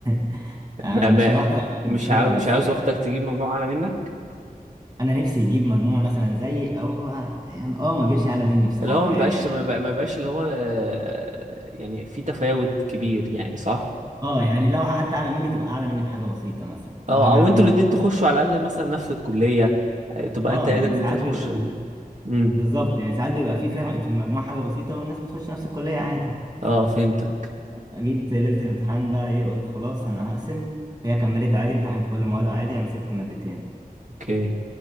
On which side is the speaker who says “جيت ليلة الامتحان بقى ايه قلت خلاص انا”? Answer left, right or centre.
Right